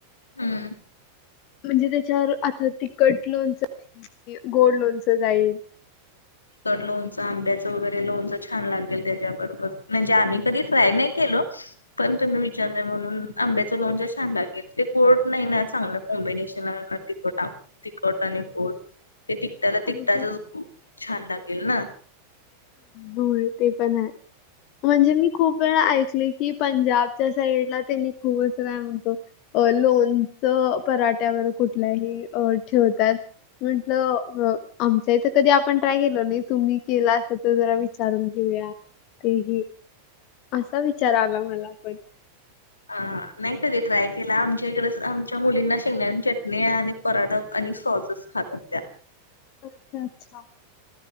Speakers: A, on the left; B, on the left.
A: हम्.
B: म्हणजे त्याच्यावर आता तिखट लोणचं जाईल की गोड लोणचं जाईल.
A: तिखट लोणचं आंब्याचं वगैरे लोणचं छान लागेल त्याच्याबरोबर, म्हणजे आम्ही कधी ट्राय नाही केलो. पण तुम्ही विचारलाय म्हणून आंब्याचं लोणच छान लागलं ते गोड नाही ना चांगलं कॉम्बिनेशन लागणार. तिखट आ तिखट आणि गोड ते तिखटाला
B: अ,
A: तिखटाचाच छान लागेल ना.
B: होय ते पण आहे, म्हणजे मी खूप वेळा ऐकलंय की पंजाब च्या साईडला तेनी खूप असं काय म्हणतो अ लोणचं पराठ्यावर कुठल्याही अ ठेवतात. म्हंटलं आमच्या इथं कधी आपण ट्राय केल नाही तुम्ही केला तर तर जरा विचारून घेऊया ते ही असा विचार आला मला पण.
A: आं नाही तरी ट्राय केला आमच्या इकडेच आमच्या मुलींना शेंगण्या चटणी आणि पराठा आणि सॉसचस खातात त्या.
B: अच्छा अच्छा